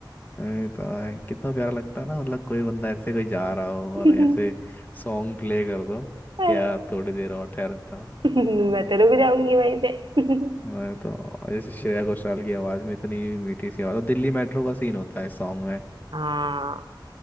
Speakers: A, on the left; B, on the right.
A: अरे तो आए, कितना प्यारा लगता है ना मतलब कोई बंदा ऐसे कोई जा रहा हो
B: <laughs>
A: और ऐसे सॉन्ग प्ले कर दो
B: अरे
A: क्या थोड़ी देर और ठहरता
B: मैं तो रुक जाऊंगी वहीं पे <laughs>
A: अरे तो जैसे श्रेया घोषाल की आवाज में इतनी मीठी सी आवाज और दिल्ली मेट्रो का सीन होता है सॉन्ग में
B: हाँ